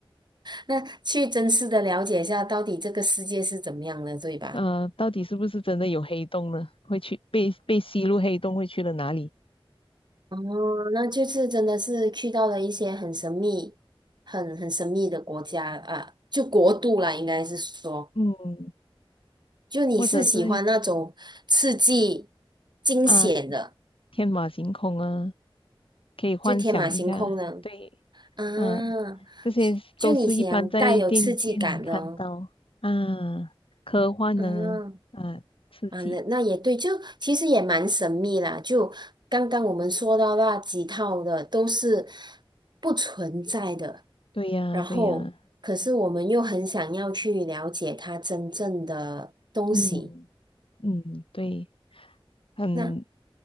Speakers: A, on the right; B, on the left.
A: 那去真实的了解一下，到底这个世界是怎么样的，对吧？
B: 呃，到底是不是真的有黑洞呢？会去被被吸入黑洞会去了哪里？
A: 哦，那这次真的是去到了一些很神秘、很很神秘的国家啊，就国度啦，应该是说，
B: 嗯，
A: 就你是喜欢那种刺激、
B: 或者是
A: 惊险的，
B: 啊，天马行空啊，可以幻想一下。
A: 就天马行空的
B: 对，
A: 啊，
B: 啊，这些都是一般在电电影看到啊，
A: 就你想带有刺激感的哦，
B: 科幻呢，
A: 嗯
B: 啊，刺激。
A: 啊，那那也对，就其实也蛮神秘啦，就刚刚我们说到那几套的都是不存在的。
B: 对呀，
A: 然后可是我们又很想要去了解它真正的东西，
B: 对呀，嗯嗯，对，很
A: 那